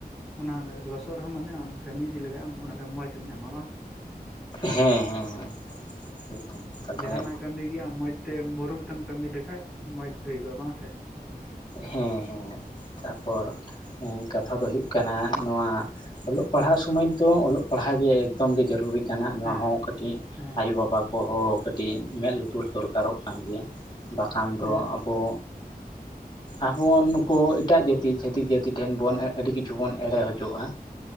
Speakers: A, in the centre; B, on the left (about 30°).
A: ᱚᱱᱟ ᱞᱚᱥᱚᱫ ᱨᱮᱦᱚᱸ ᱢᱟᱱᱮ ᱟᱢ ᱠᱟᱹᱢᱤ ᱤᱫᱤ ᱞᱮᱠᱷᱟᱱ ᱚᱱᱟᱨᱮ ᱢᱚᱸᱡᱽ ᱮᱢ ᱧᱟᱢᱟ ᱵᱟᱝ
B: ᱦᱮᱸ ᱦᱮᱸᱸ ᱮᱠᱫᱚᱢ ᱛᱟᱦᱚᱞᱮ
A: ᱡᱟᱦᱟᱱᱟᱜ ᱠᱟᱹᱢᱤ ᱜᱮ ᱟᱢ ᱢᱚᱸᱡᱽ ᱛᱮ ᱢᱩᱨᱩᱠ ᱛᱮᱢ ᱠᱟᱹᱢᱤ ᱞᱮᱠᱷᱟᱱ ᱢᱚᱡᱽ ᱦᱩᱭᱩᱜᱼᱟ ᱵᱟᱝ ᱥᱮ
B: ᱦᱮᱸ ᱦᱮᱸ ᱛᱟᱯᱚᱨᱮ ᱠᱟᱛᱷᱟ ᱫᱚ ᱦᱩᱭᱩᱜ ᱠᱟᱱᱟ ᱱᱚᱣᱟ ᱚᱞᱚᱜ ᱯᱟᱲᱦᱟᱜ ᱥᱚᱢᱚᱭ ᱫᱚ ᱚᱞᱚᱜ ᱯᱟᱲᱦᱟᱜ ᱜᱮ ᱮᱠᱫᱚᱢ ᱜᱮ ᱡᱟᱹᱨᱩᱨᱤ ᱠᱟᱱᱟ ᱱᱚᱣᱟ
A: ᱦᱮᱸ
B: ᱦᱚᱸ ᱠᱟᱹᱴᱤᱡ
A: ᱦᱮᱸ
B: ᱟᱭᱳᱼᱵᱟᱵᱟ ᱠᱚᱦᱚᱸ ᱠᱟᱹᱴᱤᱡ ᱢᱮᱫ ᱞᱩᱛᱩᱨ ᱫᱚᱨᱠᱟᱨᱚᱜ ᱠᱟᱱ ᱜᱮᱭᱟ ᱵᱟᱠᱷᱟᱱ
A: ᱦᱮᱸ
B: ᱫᱚ ᱟᱵᱚ ᱟᱵᱚ ᱱᱩᱠᱩ ᱮᱴᱟᱜ ᱡᱟᱹᱛᱤ ᱪᱷᱟᱹᱛᱤᱠ ᱡᱟᱹᱛᱤ ᱴᱷᱮᱱ ᱵᱚᱱ ᱟᱹᱰᱤ ᱠᱤᱪᱷᱩ ᱵᱚᱱ ᱮᱲᱮ ᱦᱚᱪᱚᱜᱼᱟ